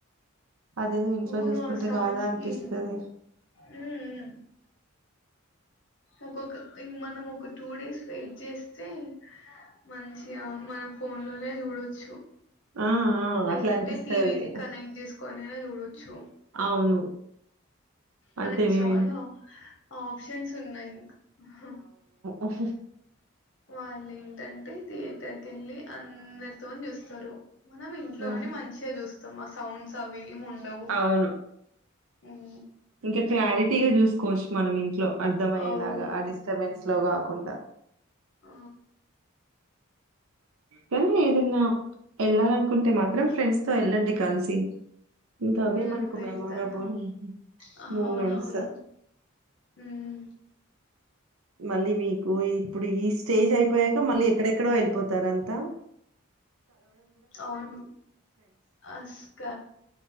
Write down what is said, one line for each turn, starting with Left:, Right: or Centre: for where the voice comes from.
Right: అదేదో ఇంట్లో
Left: అవును
Right: చూసుకుంటే
Left: ఆ సౌండ్స్కి
Right: కాదా అనిపిస్తది.
Left: ఉమ్ ఉమ్ ఒక్కొక ఇ మనం ఒక టూ డేస్ వెయిట్ చేస్తే మంచిగా మనం ఫోన్ లోనే చూడొచ్చు
Right: ఆ! ఆ!
Left: లేదంటే
Right: అట్లా అనిపిస్తది.
Left: టీవీకిి కనెక్ట్ చేసుకోనైనా చూడొచ్చు
Right: అవును.
Left: మనకు
Right: అంతే మేబీ.
Left: చాలా ఆప్షన్స్ ఉన్నాయి ఆహా
Right: ఆహా
Left: వాళ్ళు ఏంటంటే థియేటర్ కి వెళ్ళి అందరితోన్ చూస్తారు మనం ఇంట్లోని
Right: హ్మ్.
Left: మంచిగా చూస్తాం సౌండ్స్ అవి ఏం ఉండవు
Right: అవును.
Left: ఉం
Right: ఇంకా క్లారిటీగా చూసుకోవచ్చు మనం ఇంట్లో అర్ధమయ్యేలాగా
Left: అవును
Right: ఆ డిస్టర్బెన్స్ లో కాకుండా
Left: ఆ
Right: కానీ ఏదన్నా ఎళ్ళాలనుకుంటే మాత్రం ఫ్రెండ్స్ తో వెళ్ళండి కలిసి ఇంకా అవే
Left: ఉమ్
Right: మనకు
Left: వెళ్తాను
Right: మెమొరబుల్
Left: అవునవును
Right: మూమెంట్స్.
Left: ఉమ్
Right: మళ్ళీ మీకు ఇప్పుడు ఈ స్టేజ్ అయిపోయాక మళ్ళీ ఎక్కడెక్కడో ఎల్ పోతారంతా
Left: అవును అస్క